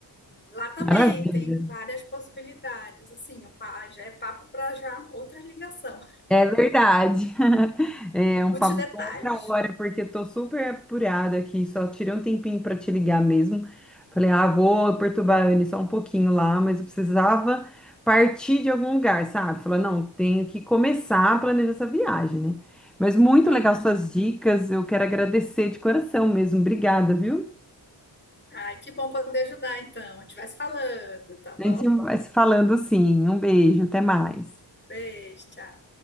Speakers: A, on the left; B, in the centre.
A: Lá também
B: Maravilha.
A: tem várias possibilidades. Assim, o pa- já é papo para já outra ligação.
B: É verdade. <laughs> É
A: <laughs>
B: um
A: Muitos
B: papo
A: detalhes,
B: para outra hora, porque eu tô super apurada aqui, só tirei um tempinho para te ligar mesmo. Falei, ah, vou perturbar a Anne só um pouquinho lá, mas eu precisava partir de algum lugar, sabe? Falei, não, tenho que começar a planejar essa viagem, né? Mas muito
A: claro.
B: legal suas dicas, eu quero agradecer de coração mesmo. Obrigada, viu?
A: Ai, que bom poder ajudar então. A gente vai se falando, tá bom?
B: A gente vai se falando sim. Um beijo, até mais.
A: Beijo, tchau.